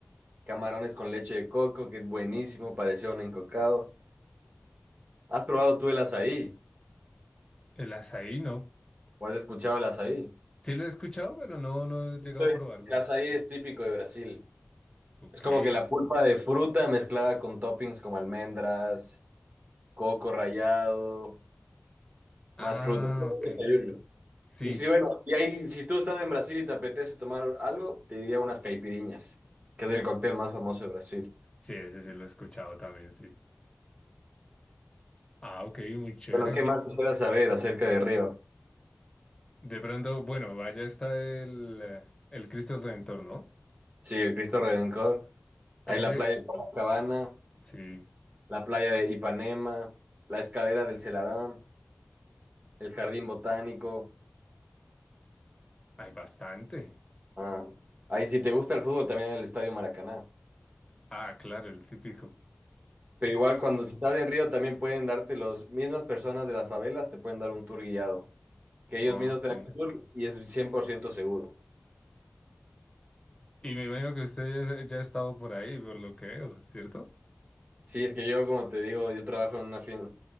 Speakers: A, on the right; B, on the left.
A: camarones con leche de coco, que es buenísimo, parecía un encocado. ¿Has probado tú el azaí?
B: El azaí no.
A: ¿O has escuchado el azaí?
B: Sí lo he escuchado, pero no, no he llegado
A: Sí.
B: a probarlo.
A: El azaí es típico de Brasil.
B: Ok.
A: Es como que la pulpa de fruta mezclada con toppings como almendras, coco rallado,
B: Ah,
A: más frutas. Es un
B: ok.
A: desayuno.
B: Sí.
A: Y si, bueno, si, hay- si tú estás en Brasil y te apetece tomar algo, te diría unas caipiriñas, que es el cóctel más famoso de Brasil.
B: Sí, ese sí lo he escuchado también, sí. Ah, ok, muy chévere.
A: Bueno, ¿qué más quisiera saber acerca de Río?
B: De pronto, bueno, vaya está el, eh, el Cristo del Redentor, ¿no?
A: Sí, el Cristo Redentor. Hay
B: Ese,
A: la playa de Copacabana,
B: sí,
A: la playa de Ipanema, la escalera del Celarón, el jardín botánico.
B: hay bastante.
A: Ah, ahí si te gusta el fútbol también el Estadio Maracaná.
B: Ah, claro, el típico.
A: Pero igual cuando se estás en Río también pueden darte las mismas personas de las favelas, te pueden dar un tour guiado, que ellos
B: Ah,
A: mismos
B: Ok.
A: te dan el tour y es 100% seguro.
B: Y me imagino que usted ya ya ha estado por ahí, por lo que veo, ¿cierto?
A: Sí, es que yo, como te digo, yo trabajo en una, fin-